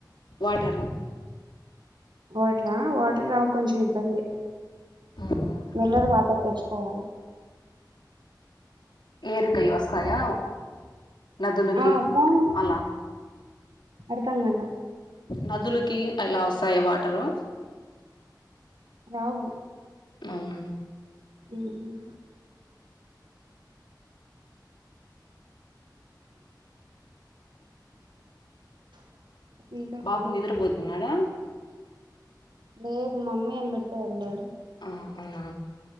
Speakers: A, on the left; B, on the right.
A: వాటరు
B: వాటరా వాటర్ రావు కొంచెం ఇబ్బందే
A: మ్మ్
B: మిల్లరు వాటర్ తెచ్చుకోవాలి
A: ఏరుకై వస్తాయా నదులకి
B: ఆ పోన్
A: అలా
B: అర్ధం కాల
A: నదులకి అలా వస్తాయ వాటరు
B: రావు
A: ఉం
B: ఉం ఇంకా
A: బాబు నిద్రపోతున్నాడ
B: లేదు మమ్మీ <unintelligible> వెళ్ళాడు
A: ఆ అవునా